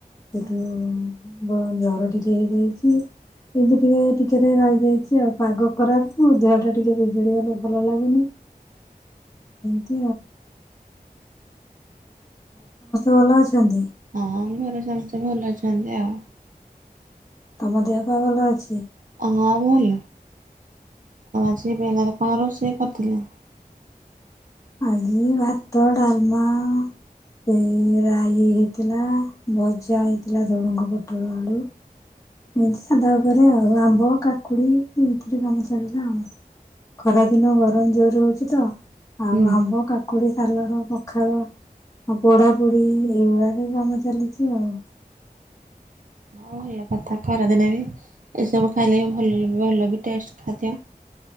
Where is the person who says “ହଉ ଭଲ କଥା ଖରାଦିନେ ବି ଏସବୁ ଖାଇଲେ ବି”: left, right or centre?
Right